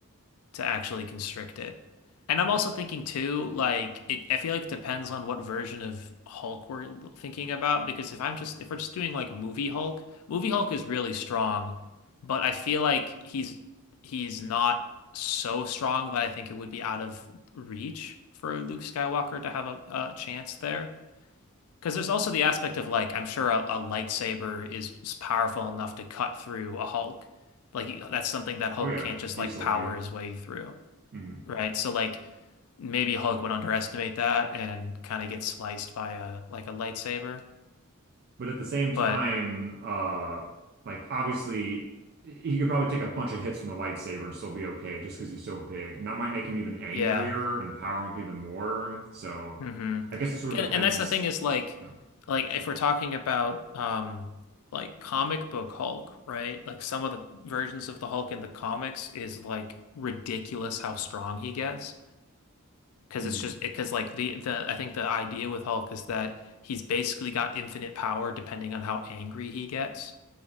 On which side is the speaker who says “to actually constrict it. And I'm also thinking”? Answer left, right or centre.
Left